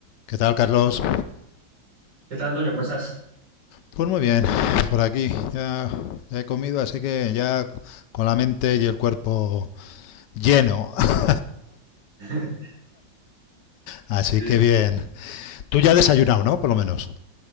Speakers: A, on the left (about 75°); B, on the right (about 70°).
A: ¿Qué tal, Carlos?
B: ¿Qué tal, Antonio? ¿Cómo estás?
A: Pues muy bien, por aquí. Ya, ya he comido, así que ya con la mente y el cuerpo lleno. <laughs>
B: <laughs>
A: Así
B: Sí,
A: que bien. Tú ya has desayunado, ¿no? Por lo menos.